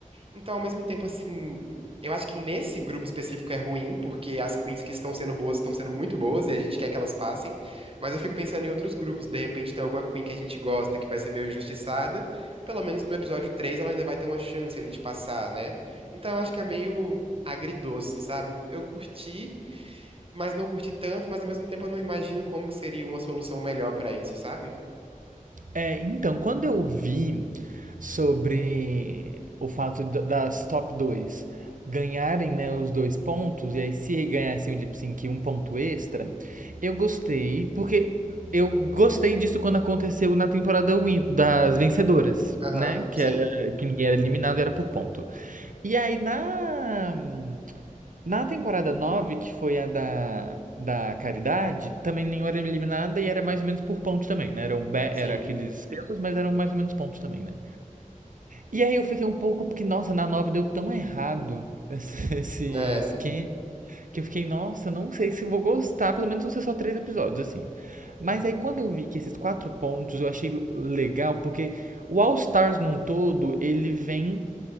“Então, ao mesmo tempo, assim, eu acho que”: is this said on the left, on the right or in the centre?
Right